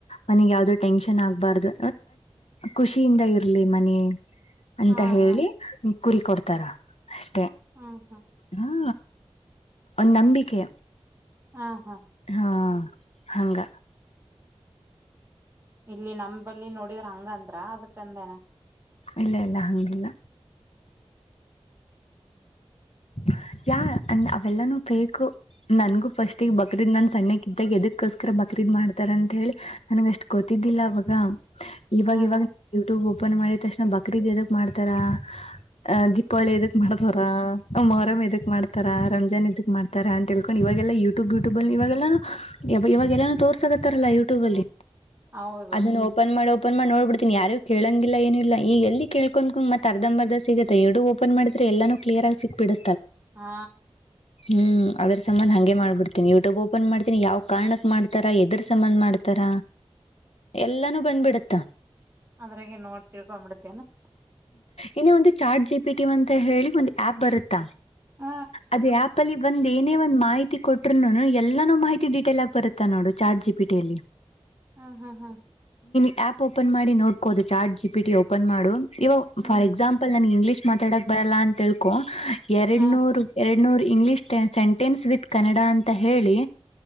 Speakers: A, on the left (about 80°); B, on the right (about 25°).
A: ಮನಗ್ ಯಾವ್ದೋ ಟೆನ್ಷನ್ ಆಗ್ಬಾರ್ದು ಖುಷಿಯಿಂದ ಇರ್ಲಿ ಮನ ಅಂತ
B: ಹಾ
A: ಹೇಳಿ
B: ಹಾ
A: ಕುರಿ ಕೊಡ್ತಾರ ಅಷ್ಟೆ
B: ಹಾ ಹಾ
A: ಹಾ ಒಂದ್ ನಂಬಿಕೆ
B: ಹಾ ಹಾ
A: ಹಾ ಹಂಗ
B: ಇಲ್ಲಿ ನಮ ಬಲ್ಲಿ ನೋಡಿದ್ರ ಹಂಗಂದ್ರ ಅದಕಂದೇನ
A: ಇಲ್ಲ ಇಲ್ಲ ಹಂಗಿಲ್ಲ ಹ ಯಾ ಅಂದ ಅವೆಲ್ಲಾನು ಬೇಕು ನನ್ಗೂ ಫಸ್ಟಗ್ ಬಕ್ರೀದ್ ನಾನ್ ಸಣ್ಣಕ್ ಇದ್ದಾಗ ಎದಕ್ಕೋಸ್ಕರ ಬಕ್ರೀ ಇದ್ ಮಾಡ್ತಾರ ಅಂತ ಹೇಳಿ ನನ್ಗ ಅಷ್ಟ್ ಗೊತ್ತಿದ್ದಿಲ್ಲ ಅವಾಗ ಇವಾಗ
B: ಹಾ
A: ಇವಾಗ
B: ಹಾ
A: ಯೂಟ್ಯೂಬ್ ಓಪನ್ ಮಾಡಿದ ತಕ್ಷಣ ಬಕ್ ಕ್ರೀದಿ ಎದಕ್ ಮಾಡ್ತಾರ ಅ ದೀಪಾವಳಿ ಎದಕ್ ಮಾಡ್ತಾರ ಮೊಹರಮ್ ಇದಕ್ ಮಾಡ್ತಾರ ರಂಜಾನ್ ಇದಕ್ ಮಾಡ್ತಾರ ಅಂತ ಹೇಳ್ಕೊಂಡು ಇವಾಗೆಲ್ಲ ಯೂಟ್ಯೂಬ್ ಯೂಟ್ಯೂಬ್ ಅಲ್ಲಿ ಇಗೆಲ್ಲ ಇವಾಗ ಎಲ್ಲಾನ ತೋರ್ಸಕತ್ತಾರಲ್ಲ ಯೂಟ್ಯೂಬ್ ಅಲ್ಲಿ
B: ಹೌದು
A: ಅದನ್ನು ಓಪನ್ ಮಾಡೋ ಓಪನ್ ಮಾಡ ನೋಬ ಬಿಡ್ತಿನನ ಯಾರು ಕೇಳಂಗಿಲ್ಲ ಏನು ಇ ಈ ಎಲ್ಲಳ್ಕೊಂಡ್ಕಂಗ ಮತ್ತ ಅರ್ಧಮ ಅರ್ದ ಸಿಗುತ್ತೆ ಎರಡು ಓಪನ್ ಮಾಡಿದ್ರಿ ಎಲ್ಲೂ ಕ್ಯ ಆಗ ಸಿಕ್ಬಿಡು
B: ಹಾ
A: ಹ್ಮ್ ಅದ್ರ ಸಂಬಂಧ್ ಹಂಗೆ ಮಾಡ್ಬಿಡ್ತನಿ ಯೂಟ್ಯೂಬ್ ಓಪನ್ ಮಾಡ್ತೀನಿ ಯಾವ ಕಾರಣಕ್ ಮಾಡ್ತಾರಾ ಎದ್ರ ಸಂಬಂಧ್ ಮಾಡ್ತಾರ ಎಲ್ಲಾನು ಬಂದ್ಬಿಡತ್ತಾ
B: ಅದ್ರಾಗೆ ನೋಡ್ ತಿಳ್ಕೊಂಬಿಡ್ತೇನೆ
A: ಇನ ಒಂದು ಚಾರ್ಟ್ ಜಿ ಪಿ ಟಿಅಂತ ಹೇಳಿ ಒಂದು ಆ್ಯಪ್ ಬರುತ್ತಾ
B: ಹ
A: ಅದು ಆಪ್ ಲ್ಲಿ ಒಂದ್ ಏನೇ ಒಂದ್ಹತಿ ಕೊಟ್ರು ಎಲ್ಲಾನು ಮಾಹಿತಿ ಡಿಟೇಲ್ ಆಗಿ ಬರುತ್ತಾ ನೋಡು ಚಾರ್ಟ್ ಜಿ ಪಿಟಿಯಲ್ಲಿ ಹ್ಮ
B: ಹಾ ಹಾ ಹಾ
A: ಆ್ಯಪ್ ಓಪನ್ ಮಾಡಿ ನೋಡ್ಕೋುದು ಚಾರ್ ಜಿ ಪಿಟಿ ಓಪನ್ ಮಾಡು ಇವಾಗ
B: ಹ್ಮ್
A: ಫಾರ್ ಎಕ್ಸಾಂಪಲ್ ನನ್ಗೆ ಇಂಗ್ಲೀಷ್ ಮಾತಾಡಕ್ ಬರಲ್ಲ ಅಂತಕೊ ಎರಡ್
B: ಹ
A: ಎೂ ಇಂಗ್ಲಷ್ ಸೆಂಟೆನ್ಸ್ ವಿತ್ ಕನ್ನಡ ಅಂತ ಹೇಳಿ